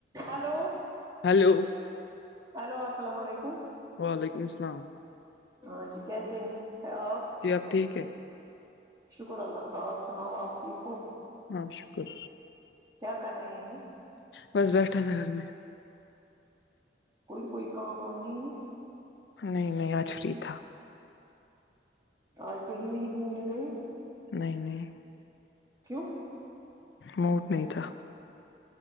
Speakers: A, on the right; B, on the left.
A: hello
B: hello
A: hello السلام علیکم
B: وعلیکم السلام
A: ہاں جی کیسے ہے آپ
B: جی آپ ٹھیک ہے
A: شکر اللہ کا آپ سناؤ آپ ٹھیک ہو
B: ہاں شکر
A: کیا کر رہے ہیں
B: بس بیٹھا تھا گھر میں
A: کوئی کوئی کام وام نہیں
B: نہیں نہیں آج فری تھا
A: آج کہیں نہیں گھومنے گئے
B: نہیں نہیں
A: کیوں
B: موڈ نہیں تھا